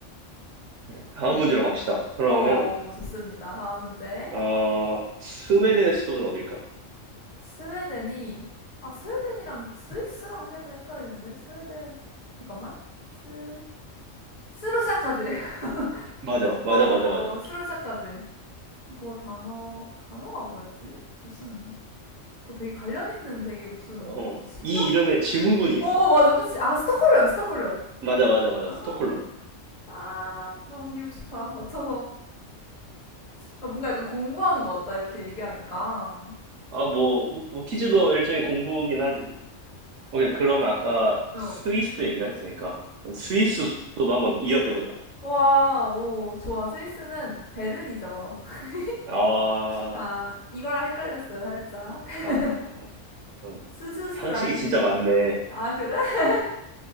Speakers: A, on the right; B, on the left.
A: 네, 다음
B: 그.
A: 문제로 갑시다. 그러면,
B: 어, 좋습니다. 다음 문제.
A: 아, 스웨덴의 수도는 어딜까?
B: 스웨덴이 아 스웨덴이랑 스위스랑 살짝 헷갈리는데 스웨덴 잠깐만 스 스로 시작하지 <laughs>
A: 맞아, 맞아,
B: 어
A: 맞아, 맞아.
B: 스로 시작하지 이거 단어 단어가 뭐였지 무슨 뭐 되게 관련 있는 되게 무슨
A: 어,
B: 신경
A: 이 이름에 증후군이 있어.
B: 어 어, 맞아 그치 아 스톡홀름 스톡홀름
A: 맞아, 맞아, 맞아.
B: 아,
A: 스톡홀름.
B: 아 너무 기분 좋다 맞춰서 아, 뭔가 약간 공부하는 것 같다 이렇게 얘기하니까
A: 아, 뭐, 뭐, 뭐 퀴즈도 일종의 공부긴 하지. 오케이, 그러면 아까
B: 음어어오
A: 스위스 얘기가 했으니까. 그럼 스위스 수도도 한번 이어서 해보자.
B: 와, 오, 좋아. 스위스는 베른이죠. <laughs>
A: 아,
B: 아, 이거랑 헷갈렸어요, 살짝. <laughs>
A: 아, 음,
B: 스스스
A: 상식이
B: 라인이.
A: 진짜 많네.
B: 아, 그래? <laughs>